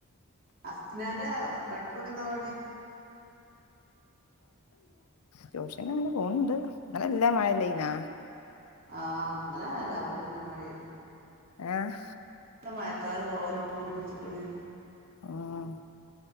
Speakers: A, on the right (about 40°); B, on the left (about 75°).
A: അ ഞാന് പഠിപ്പൊക്കെ എന്താ <inaudible>
B: ട്യൂഷൻ തന്നെ പോണണ്ട് <unintelligible>
A: ആ് ന്ന് രാവിലെ എന്ന മഴരുന്നു
B: ഏഹ്
A: മഴക്കാര് ഓരോ മൂടി പിടിച്ചിക്കണ്
B: ഉം